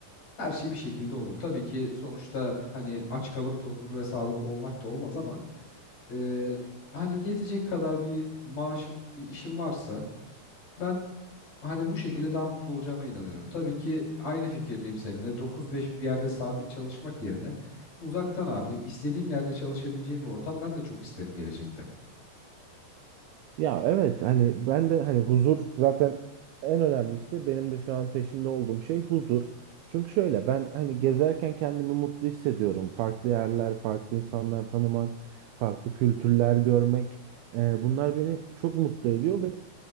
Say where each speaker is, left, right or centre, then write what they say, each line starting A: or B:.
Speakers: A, on the left (about 50°); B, on the right (about 85°).
A: her şey bir şekilde olur. Tabii ki sonuçta hani aç kalıp da huzurlu ve sağlıklı olmak da olmaz ama e, hani yetecek kadar bir maaşım, bir işim varsa ben hani bu şekilde daha mutlu olacağıma inanıyorum. Tabii ki aynı fikirdeyim seninle. 9-5 bir yerde sabit çalışmak yerine uzaktan abi istediğim yerde çalışabileceğim bir ortam ben de çok isterim gelecekte.
B: Ya evet hani ben de hani huzur zaten en önemlisi benim de şu an peşinde olduğum şey huzur. Çünkü şöyle ben hani gezerken kendimi mutlu hissediyorum. Farklı yerler, farklı insanlar tanımak, farklı kültürler görmek. e, bunlar beni çok mutlu ediyor ve